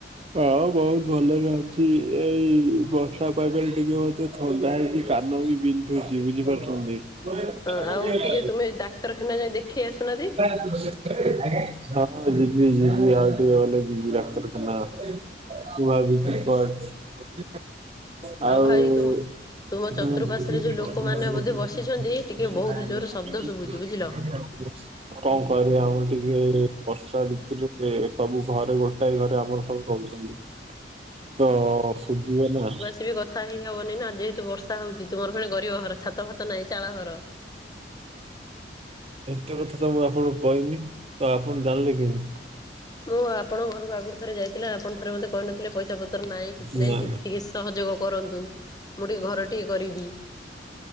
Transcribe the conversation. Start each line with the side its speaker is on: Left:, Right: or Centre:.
Right: ହଁ ବହୁତ ଭଲରେ ଅଛି ଏଇ ବର୍ଷା ପାଗରେ ଟିକେ ମତେ ଥଦା ହେଇକି କାନ ବି ବିନ୍ଧୁଛି ବୁଝିପାରୁଛନ୍ତି। ହଁ ଯିବି
Left: ହଁ ଆଉ
Right: ଯିବି
Left: ଟିକେ ତୁମେ ଡାକ୍ତରଖାନା ଯାଇ ଦେଖେଇ ଆସୁନାହାନ୍ତି
Right: ହଁ ଜି ବିି ଜିବି ଆଉ ଟିକେ ଗଲେ ଡାକ୍ତର
Left: ଆଉ ଭାଇ
Right: ଖାନା।
Left: ତୁ ତୁମ
Right: ମୁଁ
Left: ଚତୁଃପାର୍ଶ୍ଵରେ ଯୋଉ ଲୋକମାନେ
Right: ଭାବିପ
Left: ବୋଧେ ବସିଛନ୍ତି
Right: ଆଉ
Left: ଟିକେ ବହୁତ
Right: <unintelligible>
Left: ଜୋର ଶବ୍ଦ ଶୁଭୁଛି ବୁଝିଲ।
Right: ହୁଁ କଣ କହ ଆମର ଟିକେ ବର୍ଷା ଭଋିତୁରେ ସବୁ ଘରେ ଗୋଟାଏ ଘରେ ଆମର ସବୁ। କହୁଛନ୍ତି ତ ଶୁଭିବେ ନା।
Left: ସେବି କଥା ହେଇ ହବନି ନା ଯେହେତୁ ବର୍ଷା ହଉଛି ତୁମର ପୁଣି ଗରିବ ଘର ଛାତ ଫାତ ନାହିଁ ଚାଳ ଘର।
Right: ଏତେ କଥା ତ ମୁଁ ଆପଣଙ୍କୁ କହିନି ତ ଆପଣ ଜାଣିଲେ କେମିତି।
Left: ମୁଁ ଆପଣଙ୍କ ଘରକୁ ଆଗରୁ ଥରେ ଯାଇଥିଲା ଆପଣ ଥରେ ମୋତେ କହିନଥିଲେ ପଇସା ପତ୍ର ନାହିଁ କିଛି
Right: ନା
Left: ନାହିଁ କିଛି ଟିକେ ସହଯୋଗ କରନ୍ତୁ ମୁଁ ଟିକିଏ ଘରଟିିକଏ କରିବି।